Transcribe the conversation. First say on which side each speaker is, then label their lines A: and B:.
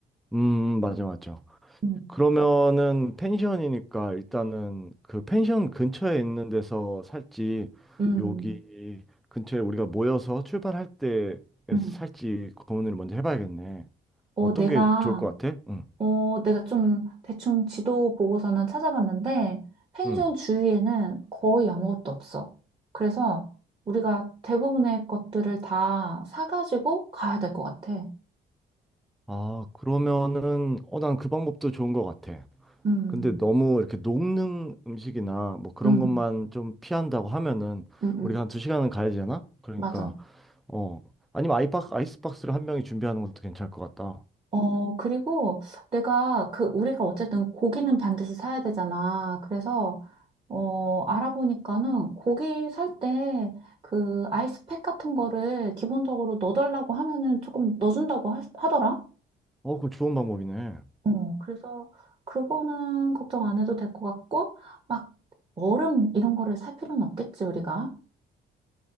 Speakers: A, in the centre; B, on the right (about 25°).
A: 음, 음, 맞아, 맞아.
B: 음,
A: 그러면은 펜션이니까 일단은 그 펜션 근처에 있는 데서 살지
B: 음,
A: 여기 근처에 우리가 모여서 출발할 때
B: 음.
A: 살지 고민을 먼저 해봐야겠네.
B: 어,
A: 어떤
B: 내가
A: 게 좋을 것 같아? 응,
B: 어, 내가 좀 대충 지도 보고서는 찾아봤는데, 펜션
A: 응.
B: 주위에는 거의 아무것도 없어. 그래서 우리가 대부분의 것들을 다 사가지고 가야 될 것 같아.
A: 아, 그러면은 어, 난 그 방법도 좋은 것 같아.
B: 음,
A: 근데 너무 이렇게 녹는 음식이나 뭐 그런
B: 음,
A: 것만 좀 피한다고 하면은
B: 음, 음,
A: 우리가 한 두 시간은 가야 되잖아? 그러니까
B: 맞아.
A: 어 아니면 아이박 아이스박스를 한 명이 준비하는 것도 괜찮을 것 같다.
B: 어, 그리고 내가 그, 우리가 어쨌든 고기는 반드시 사야 되잖아. 그래서, 어, 알아보니까는 고기 살 때 그 아이스팩 같은 거를 기본적으로 넣어달라고 하면은 조금 넣어준다고 하, 하더라.
A: 어, 그거 좋은 방법이네.
B: 어, 그래서 그거는 걱정 안 해도 될 것 같고, 막 얼음 이런 거를 살 필요는 없겠지, 우리가.